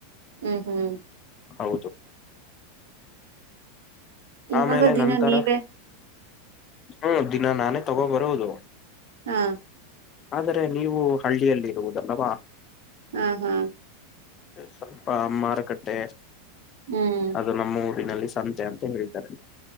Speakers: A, on the right; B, on the left.
A: ಹ್ಮ್ ಹ್ಮ್.
B: ಹೌದು.
A: ಇವಾಗ
B: ಆಮೇಲೆ
A: ದಿನ
B: ನಂತರ.
A: ನೀವೇ
B: ಹ್ಮ್ ದಿನ ನಾನೇ ತಗೋ ಬರೋದು.
A: ಹಾ.
B: ಆದರೆ ನೀವು ಹಳ್ಳಿಯಲ್ಲಿ ಇರುವುದಲ್ವಾ.
A: ಹಾ ಹಾ.
B: ಸ್ವಲ್ಪ ಮಾರುಕಟ್ಟೆ
A: ಹ್ಮ್
B: ಅದು ನಮ್ಮ ಊರಿನಲ್ಲಿ ಸಂತೆ ಅಂತ ಹೇಳ್ತಿವಿ. ಸರ <inaudible>